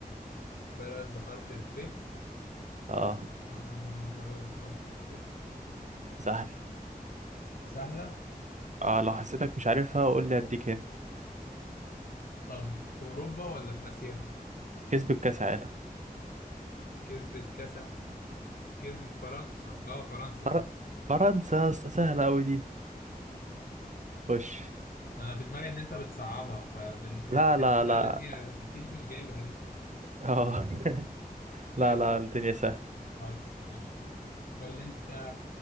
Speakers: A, on the left (about 70°); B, on the right (about 50°).
A: بلد بحرف الف
B: اه
A: آه بلد بحرف الف
B: سهل
A: سهلة
B: اه لو حسيتك مش عارفها قول لي اديك هنت
A: طب في أوروبا ولا في آسيا؟
B: كسبت كاس عالم
A: كسبت كأس كسب فرنسا اه فرنسا
B: فر...
A: صح
B: فرنسا يا اسطى، سهلة أوي دي خش
A: أنا في دماغي إن أنت بتصعبها فالحاجات
B: لا لا
A: السهلة
B: لا
A: دي أكيد مش جايبها دي
B: اه <laughs>
A: ماشي
B: لا لا الدنيا سهلة
A: خلاص قشطة قول لي أنت